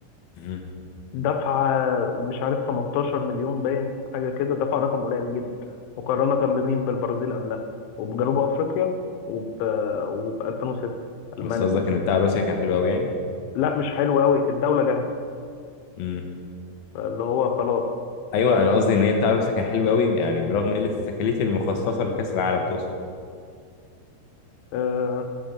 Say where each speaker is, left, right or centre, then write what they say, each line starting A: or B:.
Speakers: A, on the left; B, on the left.
A: مهم.
B: دفعة مش عارف 18 مليون باين حاجة كده دفع رقم قليل جدا مقارنة بمين بالبرازيل قبلها وبجنوب أفريقيا وب وب 2006 ألمانيا
A: بس قصدك ان بتاع روسيا كان حلو قوي يعني
B: لا مش حلو أوي الدولة جاهزة
A: مم.
B: اللي هو خلاص
A: ايوه انا قصدي ان هي بتاع روسيا كان حلو قوي يعني برغم قله التكاليف المخصصه لكاس العالم تقصد
B: آه،